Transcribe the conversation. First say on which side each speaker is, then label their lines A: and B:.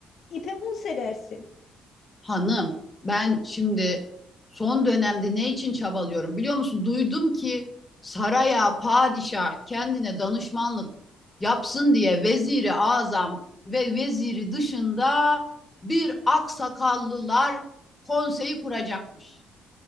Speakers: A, on the left; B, on the left.
A: İpe un serersin.
B: Hanım, ben şimdi son dönemde ne için çabalıyorum biliyor musun? Duydum ki saraya padişah kendine danışmanlık yapsın diye veziri azam ve veziri dışında bir aksakallılar konseyi kuracakmış.